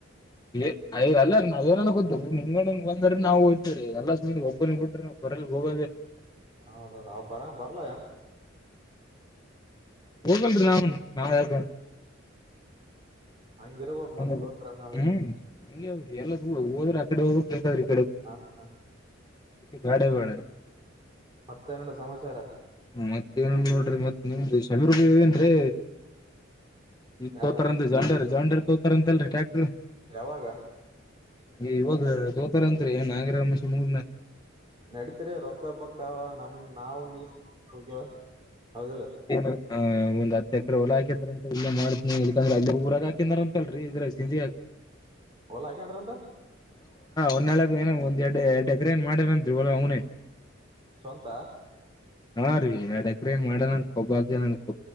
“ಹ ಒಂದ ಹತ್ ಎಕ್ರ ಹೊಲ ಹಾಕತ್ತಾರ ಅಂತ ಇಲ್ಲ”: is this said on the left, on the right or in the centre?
Left